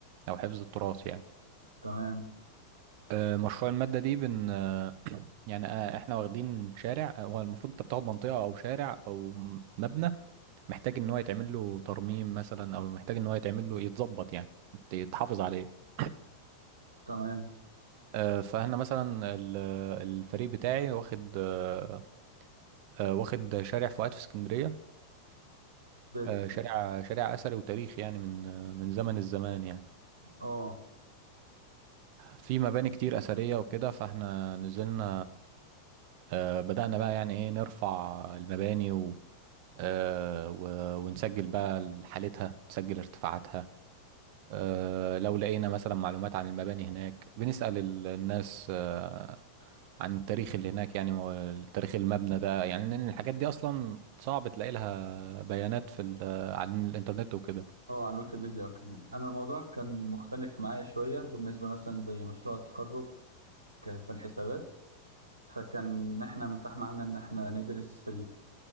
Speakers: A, on the right (about 45°); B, on the right (about 75°).
A: أو حفظ التراث يعني
B: تمام
A: آه، مشروع المادة دي بن آه، يعني آه، احنا واخدين شارع آه، هو المفروض انت بتاخد منطقة أو شارع أو م- مبنى محتاج إن هو يتعمل له ترميم مثلا أو محتاج إن هو يتعمل له يتظبط يعني يت- يتحافظ عليه
B: تمام
A: آه، فاحنا مثلا ال- الفريق بتاعي واخد آه، آه، واخد شارع فؤاد في اسكندرية
B: بت...
A: آه، شارع شارع أثري وتاريخي يعني من آه، من زمن الزمان يعني
B: اه
A: في مباني كتير أثرية وكده فاحنا نزلنا آه، بدأنا بقى يعني ايه نرفع المباني و آه، و- ونسجل بقى حالتها نسجل ارتفاعاتها آه، لو لقينا مثلا معلومات عن المباني هناك بنسأل ال- الناس آه، عن التاريخ اللي هناك يعني و- تاريخ المبنى ده يعني لأن الحاجات دي أصلا صعب تلاقي لها بيانات في ال- على الإنترنت وكده
B: اه على الويكيبيديا وكده انا الموضوع كان مختلف معايا شويه بالنسبه مثلا زي مشروع التخرج ك- في الحسابات فكان إن احنا متاح معانا ان احنا ندرس